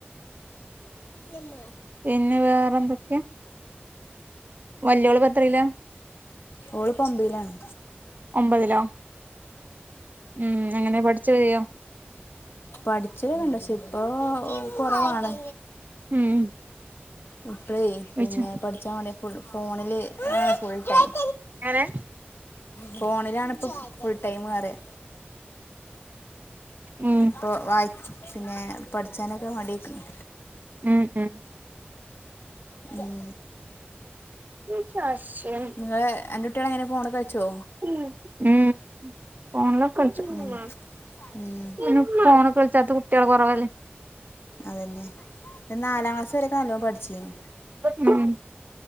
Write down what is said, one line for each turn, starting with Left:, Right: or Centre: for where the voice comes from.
Left: നിമ്മ
Right: പിന്നെ വേറെ എന്തൊക്കെ വല്ലിയോള് പ്പ ത്രേല്ലാ
Left: ഓളിപ്പേ ഒമ്പയ്ലാണ്
Right: ഒമ്പതിലോ ഉം എങ്ങനെ പഠിച്ചു കഴിയോ
Left: പഠിച്ചെലക്കണ്ട് പക്ഷേ ഇപ്പോ കൊറവാണ്
Right: ഉം
Left: ഇപ്പഴേ
Right: വിളിച്ചു
Left: പിന്നെ പഠിച്ചാൻ വേണ്ടി ഫുൾ ഫോണില് ഫുൾ ടൈം
Right: ങ്ങനെ
Left: ഫോണിലാണിപ്പം ഫുൾ ടൈം പറയാ
Right: ഉം
Left: ഇപ്പോൾ വായി പിന്നെ പഠിച്ചാനൊക്കെ മടിയായിക്ക്ണ്
Right: ഉം ഉം
Left: ഉം
Right: ഒരു ജാഷേ
Left: നിങ്ങള് അന്റെ കുട്ടികൾ എങ്ങനെ ഫോണ് കളിച്ചോ
Right: ഉം ഊ ഫോണില് കളിച്ച് പൂവാം
Left: ഉം ഉം
Right: പിന്ന ഫോണക്ക വലിച്ചാത്ത കുട്ടികള് കൊറവായിരിക്കും
Left: അതന്നെ നാലാം ക്ലാസ് വരൊക്കെ നല്ലോം പഠിച്ചേനി
Right: ഉം